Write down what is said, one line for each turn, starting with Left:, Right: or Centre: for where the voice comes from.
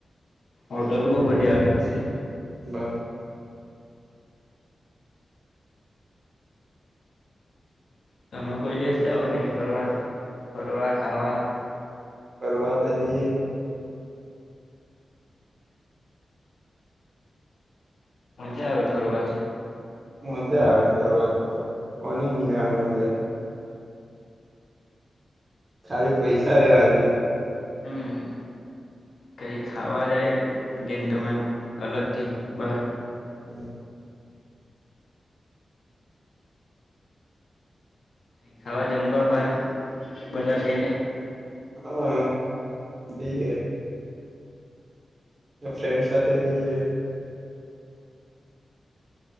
Left: હોટલ બહુ બધિયા આવેલી છે.
Right: બ <unintelligible>
Left: તમે કોઈ દિવસ જાઓો કે નહી ફરવા ફરવા ખાવા.
Right: કરવાવા તો જઈએ.
Left: મજા આવે ફરવાની.
Right: મજા આવે ફરની તો મની નહી આવે મજા. ખાલી પૈસા રેવા જોએ.
Left: હમ કઈ ખાવા જાય જેન તમે અલગ થી બાર
Right: <inaudible>
Left: ક ખાવા જમવા બહાર બધા થઈને
Right: હા બી ફ્રેન્ડ સાથે જઈએ